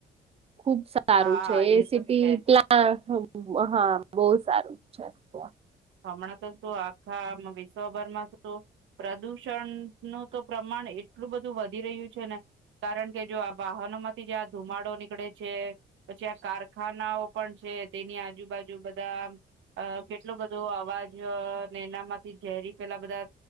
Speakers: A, on the right; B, on the right.
A: ખુબ સારું
B: હા
A: છે એ સિટી
B: તો છે જ
A: પ્લા હ હા, બહુ સારું છે તો.
B: હમણાં તો શુ આખા વિશ્વભરમાં શુ પ્રદુષણ નું તો પ્રમાણ એટલું બધું વધી રહ્યું છે ને કારણ કે જો આ વાહનો માંથી જે આ ધુમાડો નીકળે છે પછી આ કારખાનાઓ પણ છે તેની આજુબાજુ બધા અહ કેટલો બ ધો અવાજ અહ ને એનામાંથી ઝેરી પેલા બધા